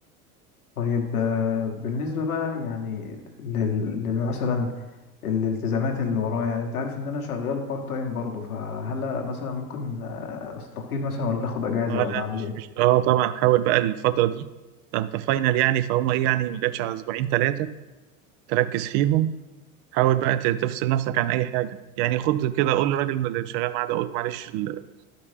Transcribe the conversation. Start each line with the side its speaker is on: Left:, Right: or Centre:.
Left: طيب آه، بالنسبه بقى يعني لل... لل- مثلا الالتزامات اللي ورايا يعني انت عارف ان انا شغال بارت تايم برضه فهل مثلا ممكن آه، استقيل مثلا ولا اخد اجازه
Right: اه
Left: ولا
Right: لا
Left: اعمل
Right: مش
Left: ايه
Right: مش اه طبعا حاول بقى الفترة دي ده انت فاينل يعني فهم ايه يعني ما جاتش على اسبوعين ثلاثة تركز فيهم حاول بقى ت- تفصل نفسك عن اي حاجة يعني خد كده قول للراجل اللي شغال معاه ده قول معلش ال-